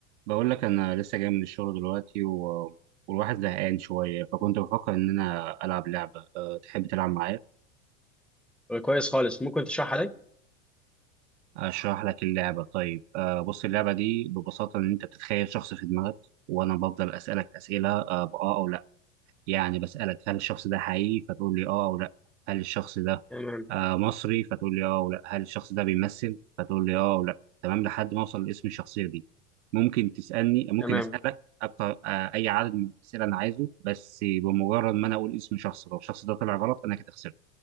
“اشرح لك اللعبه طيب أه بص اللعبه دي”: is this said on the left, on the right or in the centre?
Right